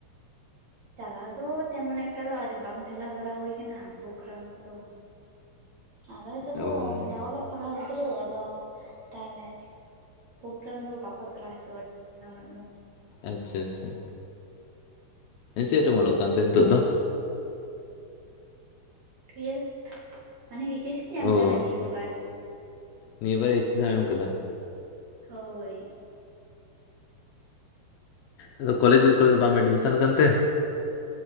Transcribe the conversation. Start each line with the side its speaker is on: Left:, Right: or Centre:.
Right: ᱪᱟᱞᱟᱣ ᱫᱚ ᱛᱮᱢᱚᱱ ᱮᱠᱴᱟ ᱫᱚ ᱟᱨ ᱵᱟᱝ ᱪᱟᱞᱟᱣ ᱵᱟᱲᱟ ᱦᱩᱭ ᱠᱟᱱᱟ ᱯᱨᱳᱜᱨᱟᱢ ᱠᱚᱫᱚ ᱟᱫᱚ ᱱᱤᱛᱚᱜ ᱫᱚ
Left: ᱚ
Right: ᱢᱟᱱᱮ ᱚᱞᱚᱜ ᱯᱟᱲᱦᱟᱣ ᱜᱤᱫᱽᱨᱟᱹ ᱟᱫᱚ ᱛᱟᱦᱞᱮ <unintelligible> ᱫᱚ ᱵᱟᱠᱚ ᱪᱟᱞᱟᱣ ᱦᱚᱪᱚ <inaudible> ᱩᱱᱟᱹᱜ ᱫᱚ
Left: ᱟᱪᱪᱷᱟ ᱟᱪᱪᱷᱟ ᱪᱮᱫ ᱨᱮ ᱚᱞᱚᱜ ᱠᱟᱱ ᱛᱮ ᱱᱤᱛᱳᱜ ᱫᱚ
Right: ᱴᱩᱭᱮᱞ ᱢᱟᱱᱮ ᱤᱪᱮᱥ ᱤᱧ
Left: ᱚ
Right: ᱮᱢ ᱠᱟᱫᱟ ᱱᱤᱭᱟᱹ ᱵᱟᱨ
Left: ᱱᱤᱭᱟᱹ ᱵᱟᱨ ᱤᱪᱮᱥ ᱮᱢ ᱠᱟᱫᱟ
Right: ᱦᱳᱭ
Left: ᱟᱫᱚ ᱠᱚᱞᱮᱡᱽ ᱠᱚᱨᱮ ᱫᱚ ᱵᱟᱢ ᱮᱰᱢᱤᱥᱚᱱ ᱠᱟᱱ ᱛᱮ